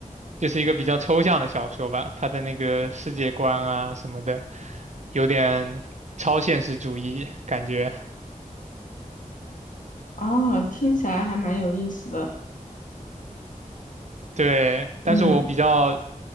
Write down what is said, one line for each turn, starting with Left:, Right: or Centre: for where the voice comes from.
Right: 就是一个比较抽象的小说吧。他的那个世界观啊什么的，有点超现实主义感觉。
Left: 哦，听起来还蛮有意思的。
Right: 对，
Left: 嗯
Right: 但是我比较